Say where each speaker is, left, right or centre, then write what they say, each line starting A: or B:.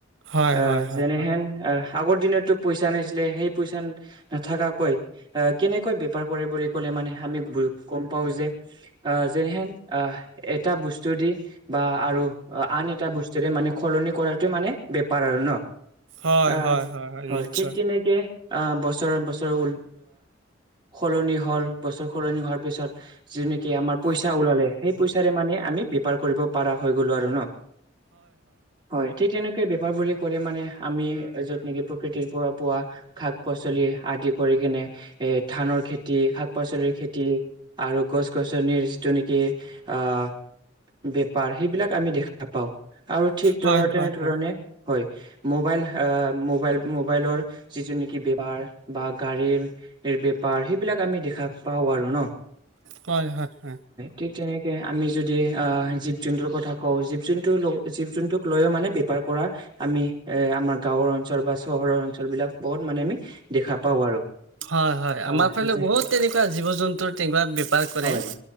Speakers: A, on the right; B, on the right.
A: হয়
B: আহ
A: হয় হয়
B: যেনেহেন
A: হয়
B: আহ আগৰ দিনতো পইচা আ নছিলে সেই পইচান নাথাকাকৈ আহ কেনেকৈ বেপাৰ কৰে বুলি ক'লে মানে আমি গম পাও যে। আঁহ যেনেহেন আঁহ এটা বস্তু দি বা আৰু আন এটা বস্তুৰে মানে সলনি কৰাটো মানে বেপাৰ আৰু ন।
A: হয়
B: আঁহ
A: হয়
B: হয়
A: নিশ্চয়।
B: ঠিক তেনেকে আহ বছৰ বছৰৰ আঁহ সলনি হ'ল, বছৰ সলনি হোৱাৰ পিছত যি নেকি আমাৰ পইচা ওলালে সেই পইচাৰে মানে আমি বেপাৰ কৰিব পাৰা হৈ গলো আৰু ন। হয়, ঠিক তেনে বেপাৰ বুলি ক'লে মানে আমি য'ত নেকি প্ৰকৃতিৰ পৰা পোৱা শাক পা চলি আদি কৰি কিনে এ ধানৰ খেতি শাক পাচলিৰ খেতি আৰু গছ গছনিৰ যিটো নেকি আঁহ বেপাৰ সেইবিলাক আমি দেখ খা‌ পাওঁ, নাপাও আৰু ঠিক ধৰ
A: হয়
B: তেনেধৰণে
A: হয় হয়
B: হয়। মোবাইল মোবাইল মোবাইলৰ যিটো নেকি পাৰ বা গাড়ীৰ বেপাৰ সেইবিলাক আমি দেখা পাওঁ আৰু ন।
A: হয় হয় হয়।
B: ঠিক তেনেকে আমি যদি জীৱ জন্তুৰ কথা কওঁ, জীৱ জন্তু লগ জীৱ জন্তুক লৈও মানে বেপাৰ কৰা আমি এ আমাৰ গাঁওৰ অঞ্চল বা চহৰৰ অঞ্চল বিলাক বহুত মানে আমি দেখা পাওঁ আৰু।
A: হয় হয়,
B: আহ
A: আমাৰ ফালে
B: যে
A: বহুত তেনেকুৱা জীৱ জন্তুৰ তেনেকুৱা বেপাৰ কৰে।
B: হয়